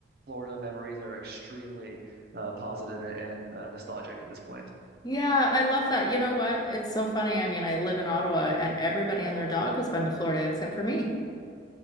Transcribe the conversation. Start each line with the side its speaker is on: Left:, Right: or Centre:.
Right: Florida memories are extremely uh, positive and uh, nostalgic at this point.
Left: Yeah, I love that. You know what? It's so funny. I mean, I live in Ottawa and everybody and their dog has been to Florida except for me.